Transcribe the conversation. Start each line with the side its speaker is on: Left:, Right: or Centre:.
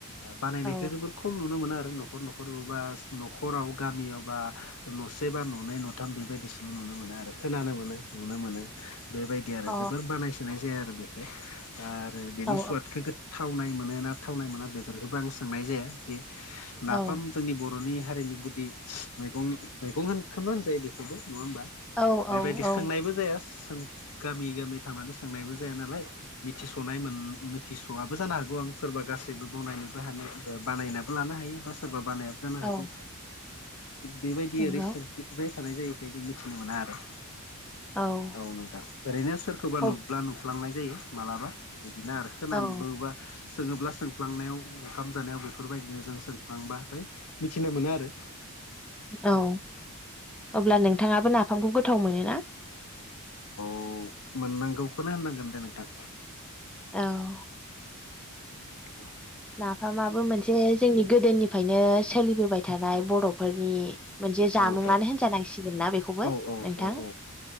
Left: बानायनायखौ
Centre: औ
Left: जोबोर खम नुनो मोनो आरो न'खर न'खर बबा न'खराव गामियाव बा न'से बा न'नै नुथाम बेबायदि नुनो मोनो आरो खोनानो मोनो नुनो मोनो बेबायदि आरो
Centre: अ
Left: जोबोर बानाय नाय जाया आरो बेखौ आरो बेनि
Centre: औ
Left: सुवादखौ गो थावनाय मोनो ना थावनाय मोना बेफोरखौबो आं सोंनाय जाया जे
Centre: औ
Left: नाफाम जोंनि बर'नि हारिनि गुदि मैगं मैगं होन खौनो होनजायो बेसोरबो नङा होमबा
Centre: औ
Left: बेबायदि सोंनायबो जाया सों गामि गामि थांनानै सोंनायबो जाया नालाय मिथिस'नाय मोन स'आबो जानो हागौ आं सोरबा गासैबो बनायनोबो हानो बानायना लानो हायो बा सोरबा बानायाबो जानो
Centre: औ
Left: हागौ बेबायदि
Centre: नंगौ
Left: ओरै सोंफेबाय थानाय जायो। बे जों मिथिनो मोना आरो।
Centre: औ
Left: औ नोंथां ओरैनो सोरखौबा
Centre: औ
Left: नुब्ला नुफ्लांनाय जायो मालाबा। बिदिनो आरो खोनाबोबा
Centre: औ नंगौ
Left: सोङोब्ला सोंफ्लांनायाव ओंखाम जानायाव बेफोरबायदिनो जों सोंफ्लांबाथाय मिथिनो मोनो आरो।
Centre: ओ औ अब्ला नोंथाङाबो नाफामखौ गोथाव मोनोना?
Left: औ मोननांगौखौनो होननांगोन दे नोंथां।
Centre: औ
Left: औ
Centre: नाफामाबो मोनसे जोंनि गोदोनिफ्रायनो सोलिबोबाय थानाय बर'फोरनि मोनसे जामुङानो
Left: औ औ
Centre: होनजानांसिगोन ना बेखौबो
Left: औ
Centre: नोंथां
Left: औ औ